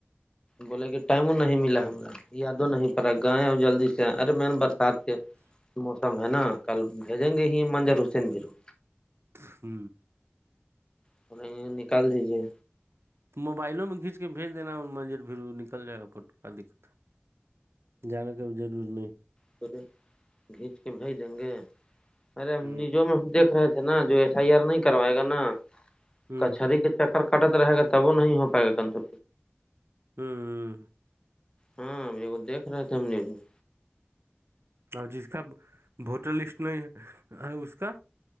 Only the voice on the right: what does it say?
ہ
موبائلو میں کھیچ کے بھیج دینا منزر بھیھر نکل جائے گا فوٹو کا دقت جانا کا رور
ہ
ہ
ہوں
اور جس کا ووٹر لسٹ نہیں ہے اس کا